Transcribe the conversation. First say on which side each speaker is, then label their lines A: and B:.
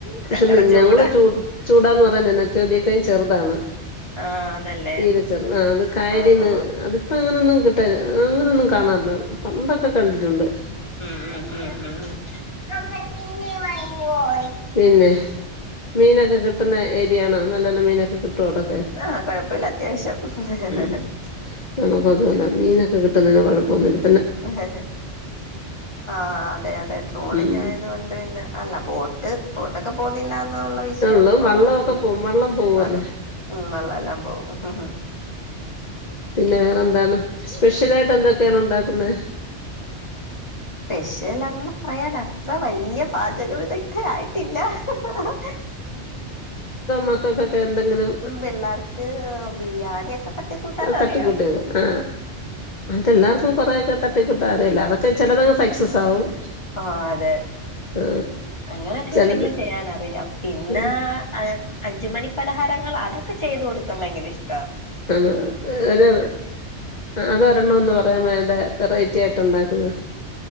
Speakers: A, on the left (about 40°); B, on the left (about 25°).
A: പക്ഷെ
B: ഞങ്ങടെ
A: നിങ്ങള്
B: ചൂട
A: ചൂട് ചൂടാന്ന് പറഞ്ഞക നത്തോലിക്കാ ചെറുതാണ്.
B: ആഹ് അതല്ലേ
A: തീരെ ചെറുത് ആ അത് കായലീന്ന്.
B: ആഹ് ആഹ്
A: അതിപ്പ അങ്ങനൊന്നും. കിട്ട അങ്ങനെയൊന്നും കാണാറില്ല. പണ്ടൊക്കെ കണ്ടിട്ടുണ്ട്.
B: ഉം ഉം ഉം ഉ
A: പിന്നെ മീനൊക്കെ കിട്ടുന്ന ഏരിയ ആണോ? നല്ല നല്ല മീനൊക്കെ കിട്ടും തൊടകെ
B: ആഹ് കൊഴപ്പല്ല അത്യാവശ്യം
A: മ് നമുക്ക് അതുമല്ല മീനൊ കിട്ടുന്നതിന് കുഴപ്പൊന്നില്ല.
B: ഹ് ഹ് ആ അതെ അതെ ട്രോളിങ്
A: ഉം
B: ആയത് കൊണ്ട് പിന്നെ അല്ല ബോട്ട് ബോട്ടൊക്കെ പോന്നില്ല ന്ന ഉള്ള വിഷയം
A: ഉള്ളു വള്ളമൊക്കെ
B: ഉള്ള് ഉം
A: പോവും വള്ളം പോവുമല്ലോ
B: വള്ളം ഉം വെള്ളല്ലാം പോകും.
A: പിന്നെ വേറെ എന്താണ്. സ്പെഷ്യൽ ആയിട്ട് എന്തൊക്കെയാണ്? ഉണ്ടാക്കുന്നേ.
B: സ്പെഷ്യൽന്ന് പറയാൻ അത്ര വലിയ പാച ജഗവതിക്ക ആയിട്ടില്ല. ഹ് ഹ് ഹ ഹേ
A: മക്കൾക്കെ എന്തെങ്കിലും.
B: പിള്ളേർക്ക് ബിരിയാണിയൊക്കെ തട്ടിക്കൂട്ടാൻ അറിയാം
A: തട്ടിയുമുട്ടിയൊക്കെ? ആ അത് എല്ലാവർക്കും കൊറെക്കെ തട്ടിക്കുട്ടാ അറയില്ലോ അതൊക്കെ ചിലതങ്ങ് സയ്സസ് ആകും.
B: ആ അതെ
A: ആ
B: അങ്ങനൊക്കെ
A: ചിലത്
B: എന്തെങ്കിലും ചെയ്യാനറിയാം. പിന്നെ
A: ഉം
B: അഞ്ചുമണി പലഹാരങ്ങൾ അതൊക്കെ ചെയ്ത് കൊടുക്കാൻ ഭയങ്കര ഇഷ്ട.
A: ആ ഒരു അത് ഒരെണ്ണം എന്നു പറയാൻ വേണ്ടി വെറൈറ്റി ആയിട്ട് ഉണ്ടാക്കും മാ എം